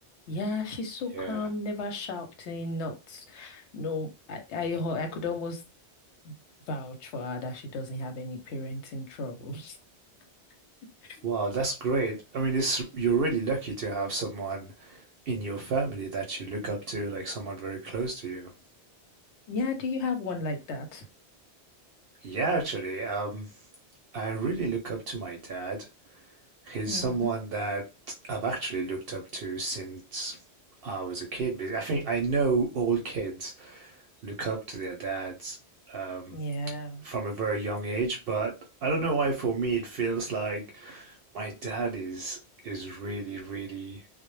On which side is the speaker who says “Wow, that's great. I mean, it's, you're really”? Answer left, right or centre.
Right